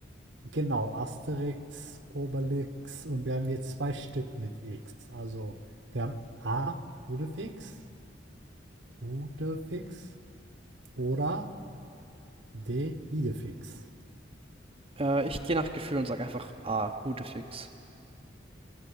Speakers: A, on the right (about 65°); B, on the right (about 30°).
A: Genau, Asterix, Obelix und wir haben hier zwei Stück mit X. Also, wir haben A. Hudefix, Hudefix oder D. Idefix.
B: Äh, ich gehe nach Gefühl und sag einfach A, Hudefix.